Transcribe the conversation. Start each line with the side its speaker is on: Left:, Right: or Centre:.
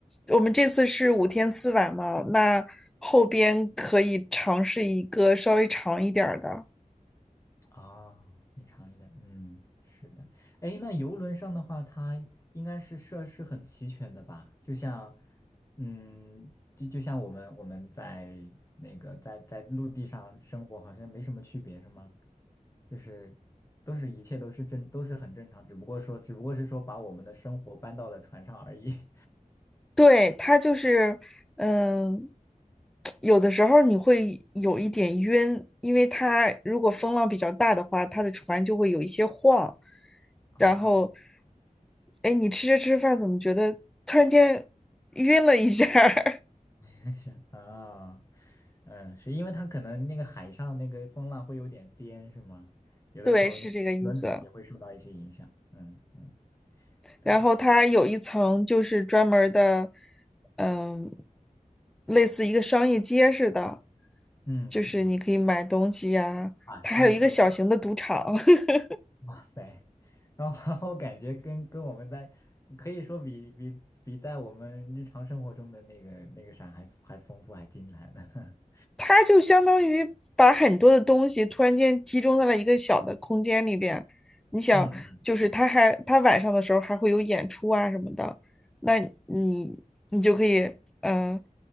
Centre: 我们这次是五天四晚嘛，那后边可以尝试一个稍微长一点儿的。
Left: 啊，你长一点，嗯，是的。哎，那游轮上的话，它应该是设施很齐全的吧？就像，嗯，就就像我们我们在那个在在陆地上生活，好像没什么区别，是吗？就是都是一切都是正都是很正常，只不过说只不过是说把我们的生活搬到了船上而已。<laughs>
Centre: 对，它就是，嗯，有的时候你会有一点晕，因为它如果风浪比较大的话，它的船就会有一些晃。
Left: 哦
Centre: 然后，哎，你吃着吃着饭，怎么觉得突然间晕了一下儿
Left: <laughs> 啊，嗯，是因为它可能那个海上那个风浪会有点颠，是吗？
Centre: <laughs>
Left: 有的时候那个轮船也会受到一些影响。
Centre: 对，是这个意思。
Left: 嗯嗯，对，
Centre: 然后它有一层就是专门儿的，嗯，类似一个商业街似的，
Left: 嗯嗯，
Centre: 就是你可以买东西呀、
Left: 啊，
Centre: 它还有一个小型的赌场。
Left: 商业街啊
Centre: <laughs>
Left: 哇塞，然后 <laughs> 然后感觉跟跟我们在可以说比比比在我们日常生活中的那个那个啥还还丰富还精彩呢。<laughs>
Centre: 他就相当于把很多的东西突然间集中在了一个小的空间里边。你想，
Left: 嗯嗯嗯，
Centre: 就是他还他晚上的时候还会有演出啊什么的，那你你就可以嗯、呃